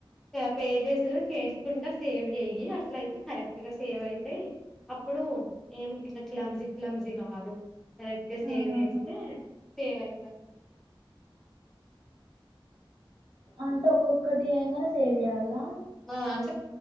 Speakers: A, in the centre; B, on the right (about 80°).
A: పేజెస్ చేసుకుంటా సేవ్ చెయ్యి అట్ల అయితే కరెక్ట్ గా సేవ్ అయితయ్ అప్పుడు ఇప్పుడు ఏం ఇట్లా క్లమ్జి క్లమ్జీ కాదు కరెక్ట్ గా సేవ్
B: ఆహా
A: చేస్తే సేవ్ అవుతది
B: అంటే ఒక్కొక్కటి చేయగానే సేవ్ చేయాలా
A: ఆ అంటే